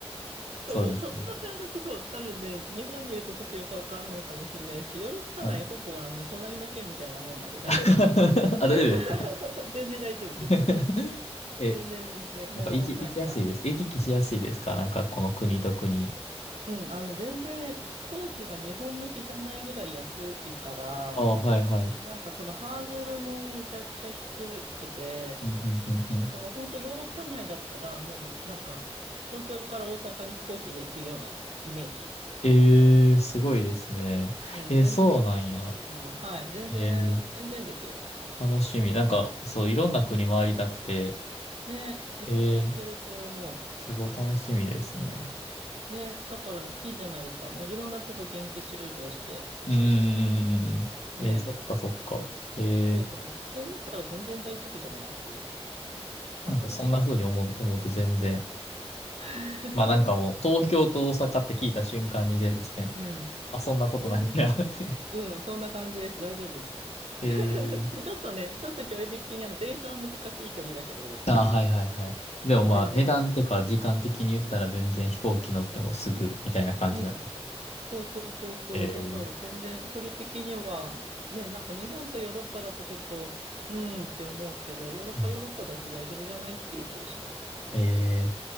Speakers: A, on the right (about 75°); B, on the left (about 80°).
A: そこ、
B: そうですね。
A: そこの感覚、そう、多分ね、日本にいるとちょっとよくわかんないかもしれないですけど、ヨーロッパ内ほぼあの、
B: はい。
A: 隣の県みたいなもんなんで大丈夫です。
B: <laughs>
A: <laughs>
B: あ、大丈夫ですか
A: 全然大丈夫です。
B: <laughs> え、
A: 全然全然、もうなんか、
B: やっぱ行き、行きやすいです。行き来しやすいですかなんかこの国と国。
A: うん、あの、全然飛行機が日本の比じゃないぐらい安いから、
B: ああ、はいはい。
A: なんかそのハードルもめちゃくちゃ低くて、
B: うんうんうんうん。
A: なんか本当ヨーロッパ内だったらもうなんか東京から大阪に飛行機で行くようなイメージ。
B: ええすごいですね。
A: うん、
B: えー、
A: 全然それぐらいの距離なら、
B: そうなんや。
A: はい、全然、
B: えー、
A: 全然ですよ。
B: 楽しみ。なんか、そう、いろんな国回りたくて、
A: ね、え全然いけると思
B: えーすごい楽しみですね。
A: う。ね、だからいいじゃないですか。もういろんなとこ現地集合して、
B: うんうんうんうん。
A: ね、
B: えー、そっかそっか。えー、
A: そうそう、そう思ったら全然大丈夫じゃないです。多分。
B: なんかそんな風に思う、思うと全然。
A: <laughs>
B: まあなんかもう、東京と大阪って聞いた瞬間に全然、
A: うん。
B: あ、そんなことないなって。
A: で、うん、そんな感じです。大丈夫です。<laughs>
B: <laughs> えー、
A: そう、ちょっとね、ちょっと距離的にあの、電車は難しい距離だけど、
B: ああ、はいはいはい。でもまあ、
A: でも全然ひ、
B: 値段とか時間的に言ったら全然飛行機乗ってもすぐみたいな感じなんですね。
A: うん。そうそうそうそう。
B: えー
A: だから全然距離的には、ね、なんか日本とヨーロッパだとちょっと、うーんって思うけど、ヨーロッパヨーロッパだし大丈夫じゃないっていう気はします。
B: うんえ